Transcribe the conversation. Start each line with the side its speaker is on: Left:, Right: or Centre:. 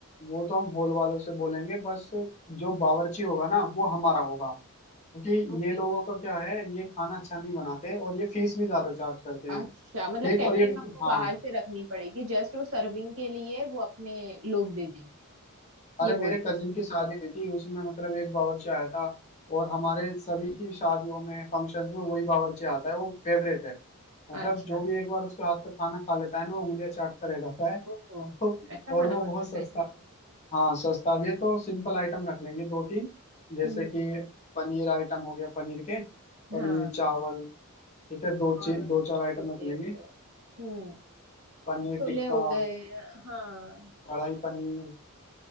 Left: वो तो हम हॉल वालों से बोलेंगे बस जो बावर्ची होगा ना वो हमारा होगा क्योंकि
Right: हम्म
Left: ये लोगों का क्या है ये खाना अच्छा नहीं बनाते और ये फीस भी ज्यादा चार्ज करते
Right: अच्छा
Left: हैं
Right: मतलब
Left: ठीक
Right: कैटरिंग
Left: और ये
Right: हमको बाहर
Left: हाँ
Right: से रखनी पड़ेगी जस्ट वो सर्विंग के लिए वो अपने लोग दे देंगे
Left: अरे
Right: ये
Left: मेरे
Right: बोल रहे
Left: कजिन
Right: हो
Left: की शादी हुई थी उसमें मतलब एक बावर्ची आया था और हमारे सभी की शादियों में फंक्शंस में वही बावर्ची आता है वो फेवरेट है मतलब
Right: अच्छा
Left: जो भी एक बार उसके हाथ का खाना खा लेता है ना वो उंगलियां चाटता रह जाता है
Right: ओहो
Left: तो
Right: ऐसा
Left: और
Right: खाना
Left: वो
Right: बना
Left: बहुत सस्ता हाँ सस्ता भी है तो सिंपल आइटम रख लेंगे दो तीन जैसे
Right: हम्म
Left: कि पनीर आइटम हो गया पनीर के पनीर
Right: हाँ
Left: चावल ठीक है दो
Right: और
Left: चे-
Right: अपने
Left: दो चार
Right: छोले
Left: आइटम रख लेंगे
Right: हो गए हम्म
Left: पनीर
Right: छोले
Left: टिक्का
Right: हो गए हाँ
Left: कढ़ाई पनीर